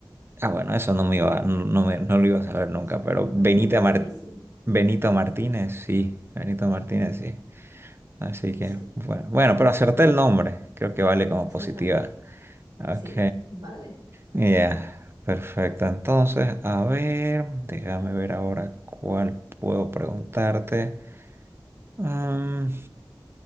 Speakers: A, on the right; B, on the right.
A: Ah, bueno, eso no me iba, no, no me- no lo iba a saber nunca,
B: Sí,
A: pero
B: está
A: Benita
B: un poco difícil.
A: Mar- Benito Martínez, sí, Benito Martínez, sí. Así que,
B: Sí,
A: bueno, bueno, pero acerté el nombre, creo que vale como
B: acertaste.
A: positiva. Ok.
B: Sí, vale.
A: Ya, perfecto. Entonces, a ver, déjame ver ahora cuál puedo preguntarte. Mm,